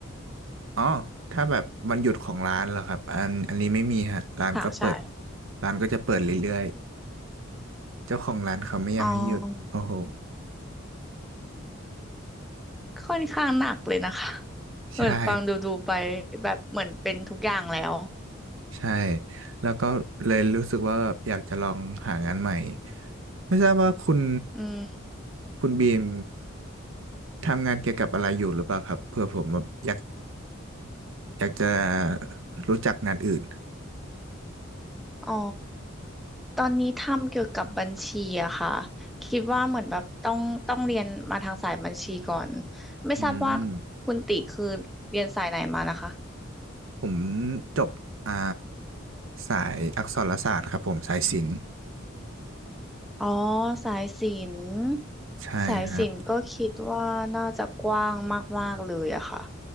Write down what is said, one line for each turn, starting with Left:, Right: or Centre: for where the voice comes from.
Right: อ๋อถ้าแบบวันหยุดของร้านเหรอครับอันอันนี้ไม่มีฮะร้านก็เปิด
Centre: ค่ะใช่
Right: ร้านก็จะเปิดเรื่อยๆเจ้าของร้านเขาไม่อยากให้หยุดโอ้โห
Centre: อ๋อค่อนข้างหนักเลยนะคะเหมือนฟังดูดูไป
Right: ใช่
Centre: แบบเหมือนเป็นทุกอย่างแล้ว
Right: ใช่แล้วก็เลยรู้สึกว่าแบบอยากจะลองหางานใหม่ไม่ทราบว่าคุณ
Centre: อืม
Right: คุณบีมทำงานเกี่ยวกับอะไรอยู่หรือเปล่าครับเผื่อผมแบบอยากอยากจะรู้จักงานอื่น
Centre: อ๋อตอนนี้ทำเกี่ยวกับบัญชีอะค่ะคิดว่าเหมือนแบบต้องต้องเรียนมาทางสายบัญชีก่อน ไม่ทราบว่า
Right: อืม
Centre: คุณติคือเรียนสายไหนมานะคะ
Right: ผมจบอ่าสายอักษรศาสตร์ครับผมสายศิลป์
Centre: อ๋อสายศิลป์
Right: ใช่ฮะ
Centre: สายศิลป์ก็คิดว่าน่าจะกว้างมากๆเลยอะค่ะ